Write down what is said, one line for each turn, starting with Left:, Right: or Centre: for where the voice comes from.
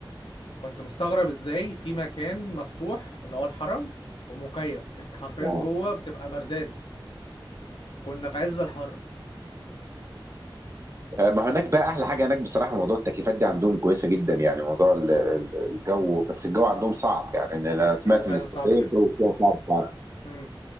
Left: كنت مستغرب ازاي في مكان مفتوح اللي هو الحرم ومكيف انت حرفيا
Right: اه
Left: جوه بتبقى بردان كنا في عز الحر
Right: آه، ما هناك بقى احلى حاجه هناك بصراحه موضوع التكييفات دي عندهم كويسه جدا يعني موضوع ال- ال- الجو بس الجو عندهم صعب يعني إن انا
Left: الجو
Right: سمعت
Left: فعلا
Right: ان السعوديه
Left: صعب جدا
Right: الجو فيها صعب صعب
Left: امم